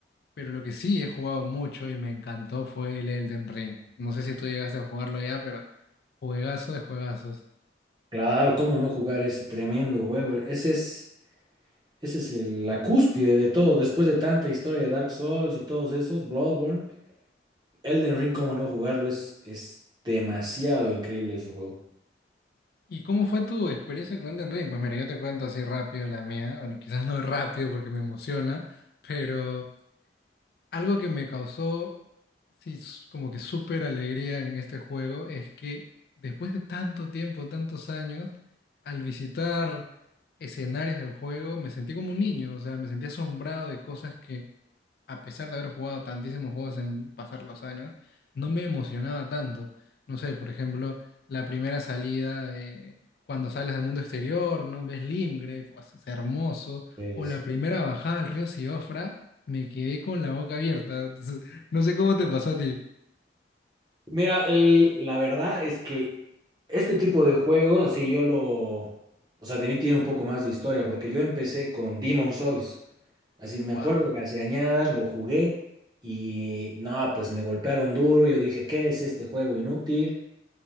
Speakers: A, on the left; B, on the right.
A: pero lo que sí he jugado mucho y me encantó fue el Elden Ring. No sé si tú llegaste a jugarlo ya, pero juegazo de juegazos.
B: Claro, cómo no jugar ese tremendo juego. Ese es, ese es el- la cúspide de todo. Después de tanta historia de Dark Souls y todos esos, Bloodborne, Elden Ring, cómo no jugarlo, es, es demasiado increíble ese juego.
A: ¿Y cómo fue tu experiencia con Elden Ring? Pues mira, yo te cuento así rápido la mía. Bueno, quizás no rápido porque me emociona, pero... Algo que me causó, sí, s- como que súper alegría en este juego es que después de tanto tiempo, tantos años, al visitar escenarios del juego, me sentí como un niño, o sea, me sentí asombrado de cosas que a pesar de haber jugado tantísimos juegos en pasar los años, no me emocionaba tanto. No sé, por ejemplo, la primera salida, eh, cuando sales al mundo exterior, ¿no? Ves Limgrave, pues, es hermoso.
B: Es-
A: O la primera bajada al río Siofra, me quedé con la boca abierta. <laughs> Entonces, No sé cómo te pasó a ti.
B: Mira, eh, la verdad es que este tipo de juegos, así yo lo, o sea, de mí tiene un poco más de historia, porque yo empecé con Demon Souls, así me
A: Wow.
B: acuerdo que hace añadas lo jugué y no, pues me golpearon duro, yo dije, ¿qué es este juego inútil?